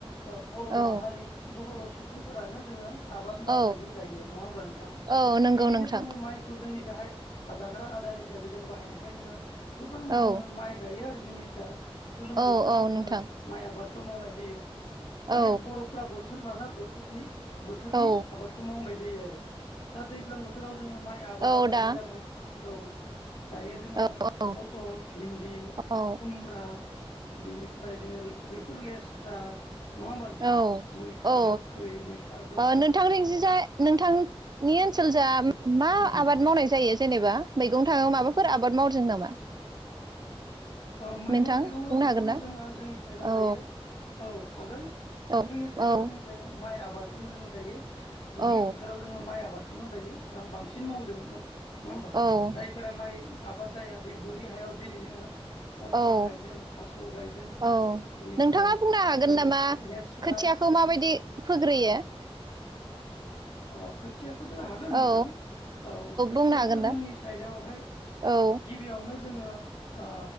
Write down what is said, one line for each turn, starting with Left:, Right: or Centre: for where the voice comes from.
Left: ओं बर'
Right: औ
Left: माहारि बर' सुबुं सुबुंफोरानो जोङो आबाद मावनानै
Right: औ
Left: जायो नङा होमबा नोंथां
Right: औ नंगौ
Left: बिनिनो
Right: नोंथां
Left: जोङो माइखौ जोंनि गाहाय जाग्रा आदार हिसाबै जों बाहायनायखाय जोङो गोबां
Right: औ
Left: जोङो माइ गायो आरो जोंनि दा गोलोम
Right: औ
Left: बोथोराव
Right: औ
Left: जोङो
Right: नोंथां
Left: माइ आबाद खौ मावनाय जायो माने
Right: औ
Left: बर'फोरा बो थोर लाना बोथोरनि थोरनि
Right: औ
Left: आबादखौ मावनाय जायो आरो। दा दैज्लां बोथोराव जोङो माइ आबादा
Right: औ
Left: गाहाय
Right: दा
Left: जाबाय। औ दायो जोङो
Right: औ औ
Left: फथल, भिन्दि, खुमब्रा
Right: औ
Left: बेनिफ्राय जोङो बेफोर लेस्रा नङा होमबा नोंथां?
Right: औ
Left: मैथा
Right: औ
Left: गोखै मैथा गो
Right: ओ नोंथांनि जाय नोंथांनि ओनसोल जा
Left: बेफोरखौ
Right: मा
Left: मोनो
Right: आबाद मावनाय जायो जेनेबा मैगं थाङाव माबाफोर आबाद मावदों नामा?
Left: ओ मैगं
Right: नोंथां
Left: थाइगं
Right: बुंनो
Left: हसाबथ
Right: हागोन ना
Left: जोंहा जोंनि साइदाव
Right: औ
Left: दायो औ हागोन
Right: औ
Left: जोंनि साइडआव
Right: औ
Left: जोङो बे माइ आबाद खौनो जोङो दायो दुब्लि
Right: औ
Left: फोथाराव जोङो माइ आबाद खौनो दायो गां बांसिन मावदों न'-नङा होमबा?
Right: औ
Left: जायफोरा माइ आबाद जाया बे बोरि हायाव दिनै जोङो पथल
Right: औ
Left: गायदों थास' गायदों
Right: औ
Left: बेनिफ्राय
Right: नोंथाङा बुंनो हागोन
Left: ओ
Right: नामा
Left: लेस्रा
Right: खोथियाखौ माबायदि फोग्रोयो?
Left: अ खोथिया खौथ' हागोन नोंथां
Right: औ
Left: औ खोथियाखौ
Right: बुंनो हागोन
Left: जोंनि
Right: दा
Left: सहाय
Right: औ
Left: गिबियावनो जोङो ओ